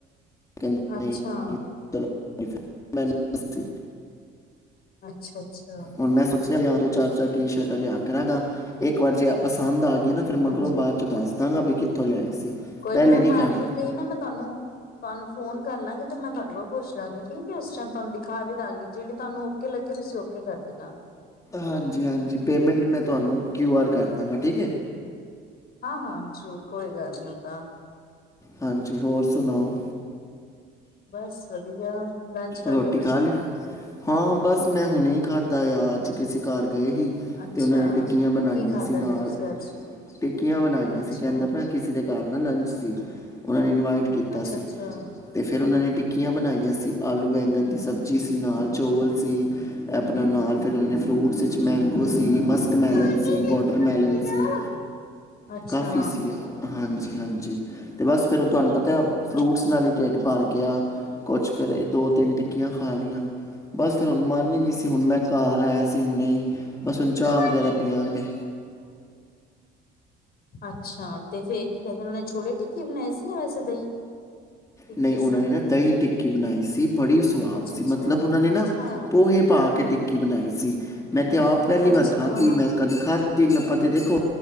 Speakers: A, on the left; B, on the left.
A: ਕਹਿੰਦੇ
B: ਅੱਛਾ,
A: ਨਹੀਂ <inaudible>
B: ਅੱਛਾ-ਅੱਛਾ,
A: ਹੁਣ ਮੈਂ ਸੋਚਿਆ, ਦੋ-ਦੋ ਚਾਰ ਚਾਰ ਟੀ ਸ਼ਰਟਾ। ਲਿਆ ਕੇ ਰੱਖਦਾ ਇੱਕ ਵਾਰ ਜੇ ਪਸੰਦ ਆ ਨਾ ਫੇਰ
B: ਹਾਂਜੀ
A: ਮਗਰੋਂ ਬਾਅਦ ਚ ਦਸ ਦਾ ਗਾ ਵੀ ਕਿੱਥੋਂ ਲਿਆਏ ਸੀ।
B: ਕੋਈ
A: ਪਹਿਲੇ
B: ਨੀ ਮੈਂ
A: ਨਹੀਂ
B: ਮਾਰਕੀਟ
A: ਕਹਿਣਾ
B: ਗਈ ਨਾ ਮੈਂ ਤੁਹਾਨੂੰ ਤੁਹਾਨੂੰ ਫੋਨ ਕਰ ਲਾਂਗੇ ਤੇ ਮੈਂ ਤੁਹਾਡੇ ਕੋਲ ਪੁੱਛ ਲਾਂਗੀ ਠੀਕ ਹੈ ਉਸ ਟਾਈਮ ਤੁਹਾਨੂੰ ਦਿਖਾ ਵੀ ਦਾਂਗੀ ਜਿਹੀ ਤੁਹਾਨੂੰ ਓਕੇ ਲੱਗੀ ਤੁਸੀਂ ਓਕੇ ਕਰ ਦੇਣਾ।
A: ਹਾਂਜੀ-ਹਾਂਜੀ ਪੇਮੈਂਟ ਮੈਂ ਤੁਹਾਨੂੰ ਕਿਊ ਆਰ ਕਰ ਦਾਂਗਾ ਠੀਕ ਐ।
B: ਹਾਂ-ਹਾਂ, ਜਰੂਰ ਕੋਈ ਗੱਲ ਨਹੀਂ ਤਾਂ।
A: ਹਾਂਜੀ, ਹੋਰ ਸੁਣਾਓ?
B: ਬਸ ਵਧੀਆ ਲੰਚ ਕਰ
A: ਰੋਟੀ
B: ਲਿਆ
A: ਖਾ
B: ਤੁਸੀਂ
A: ਲਈ? ਹਾਂ ਬਸ ਮੈਂ ਹੁਣੇ ਹੀ ਖਾਧਾ ਆ। ਅੱਜ ਕਿਸੇ ਘਰ ਗਏ ਸੀ
B: ਅੱਛਾ
A: ਤੇ ਉਹਨਾਂ ਨੇ ਟਿੱਕੀਆਂ ਬਣਾਈਆਂ
B: ਕੀ ਖਾਧਾ
A: ਸੀ, ਨਾਲ
B: ਫਿਰ ਤੁਸੀਂ ਅੱਜ
A: ਟਿੱਕੀਆਂ ਬਣਾਈਆਂ
B: ਅੱਛਾ,
A: ਸੀ ਕਹਿੰਦਾ, ਮੈਂ ਕਿਸੇ ਦੇ ਘਰ ਨਾ ਲੰਚ ਸੀ ਉਹਨਾਂ ਨੇ ਇਨਵਾਈਟ ਕੀਤਾ
B: ਅੱਛਾ-ਅੱਛਾ
A: ਸੀ ਅਤੇ ਫਿਰ ਉਹਨਾਂ ਨੇ ਟਿੱਕੀਆਂ ਬਣਾਈਆਂ ਸੀ। ਆਲੂ ਬੈਂਗਣ ਦੀ ਸਬਜ਼ੀ ਸੀ, ਨਾਲ ਚੌਲ ਸੀ ਆਪਣਾ ਨਾਲ ਫਿਰ ਉਹਨਾਂ ਨੇ ਫਰੂਟਸ ਵਿੱਚ ਮੈਂਗੋ ਸੀ ਮਸ ਮੈਲਨ
B: ਅੱਛਾ
A: ਸੀ ਵਾਟਰਮੈਲਨ ਸੀ
B: ਅੱਛਾ,
A: ਕਾਫੀ ਸੀ, ਹਾਂਜੀ। ਹਾਂਜੀ, ਬਸ ਫਿਰ ਉਹ ਤੁਹਾਨੂੰ
B: ਚਲੋ
A: ਪਤਾ
B: ਵਧੀਆ
A: ਫਰੂਟਸ ਨਾਲ ਹੀ ਟਿੱਡ ਭਰ ਗਿਆ, ਕੁਛ ਫਿਰ ਦੋ ਤਿੰਨ ਟੱਕ ਕੀਆਂ ਖਾ ਲਈਆਂ। ਬਸ ਫੇਰ ਹੁਣ ਮਨ ਹੀ ਨੀ ਸੀ, ਹੁਣ ਮੈਂ ਘਰ ਆਇਆ ਅਸੀਂ ਹੁਣੇ, ਬਸ ਹੁਣ
B: ਅੱਛਾ-ਅੱਛਾ
A: ਚਾਹ ਵਗੈਰਾ ਪੀਆਂ ਗੇ।
B: ਅੱਛਾ ਅੱਛਾ ਤੇ ਫੇਰ ਕੀ ਕਹਿੰਦੇ, ਉਹ ਨੇ ਛੋਲੇ ਟੱਕੀ ਬਣਾਏ ਸੀ, ਜਾ ਵੈਸੇ ਦਹੀਂ ਟਿੱਕੀ
A: ਨਹੀਂ ਉਹਨਾਂ
B: ਸੀ।
A: ਨੇ ਨਾ ਦਹੀਂ ਟਿੱਕੀ ਬਣਾਈ ਸੀ, ਬੜੀ ਸਵਾਦ
B: ਅੱਛਾ
A: ਸੀ।
B: ਅੱਛਾ
A: ਮਤਲਬ ਉਹਨਾਂ ਨੇ ਨਾ
B: ਅੱਛਾ
A: ਪੋਹੇ ਪਾ ਕੇ ਟਿੱਕੀ ਬਣਾਈ ਸੀ। ਮੈਂ ਤੇ ਆਪ ਪਹਿਲੀ
B: ਅੱਛਾ
A: ਵਾਰ ਖਾਧੀ, ਮੈਂ ਕਦੀ ਖਾਤੀ ਨੀ ਆਪਾਂ ਤੇ ਦੇਖੋ